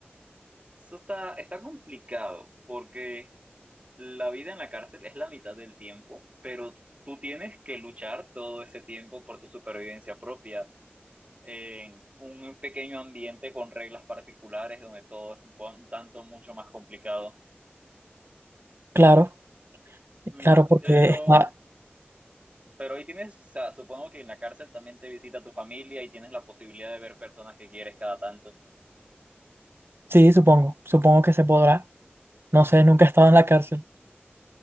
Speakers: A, on the right; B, on the right.
A: Eso está, está complicado porque La vida en la cárcel es la mitad del tiempo, pero tú tienes que luchar todo ese tiempo por tu supervivencia propia, en un pequeño ambiente con reglas particulares donde todo es un po- un tanto mucho más complicado.
B: Claro,
A: Mm,
B: claro, porque
A: pero,
B: <laughs> está...
A: pero ahí tienes, o sea, supongo que en la cárcel también te visita tu familia y tienes la posibilidad de ver personas que quieres cada tanto.
B: Sí, supongo, supongo que se podrá. No sé, nunca he estado en la cárcel.